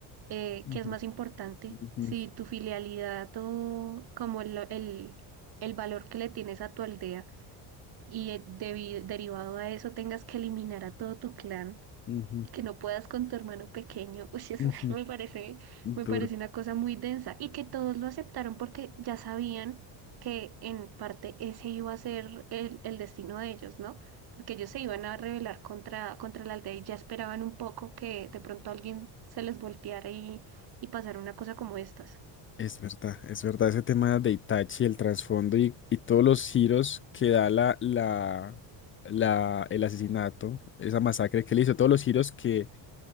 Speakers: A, on the right (about 50°); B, on the left (about 30°).
A: eh,
B: Ujú,
A: qué es más importante,
B: ujú,
A: si tu filialidad o como el, el, el valor que le tienes a tu aldea y eh, debi- derivado a eso tengas que eliminar a todo tu clan
B: ujú,
A: y que no puedas con tu hermano pequeño, <laughs> uy, eso
B: ujú.
A: sí me parece,
B: Duro.
A: me parece una cosa muy densa y que todos lo aceptaron porque ya sabían que en parte ese iba a ser el, el destino de ellos, ¿no? Porque ellos se iban a rebelar contra, contra la aldea y ya esperaban un poco que de pronto alguien se les volteara y, y pasara una cosa como estas.
B: Es verdad, es verdad, ese tema de Itachi, el trasfondo y, y todos los giros que da la, la, la- el asesinato, esa masacre que le hizo, todos los giros que,